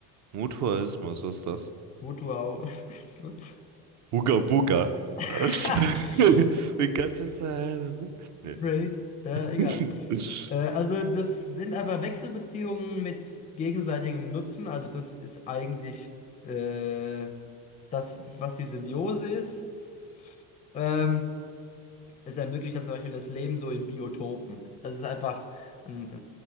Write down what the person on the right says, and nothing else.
Mutualismus, was ist das?
Booga Booga. <laughs>
We got to celebrate. Nee.
<laughs>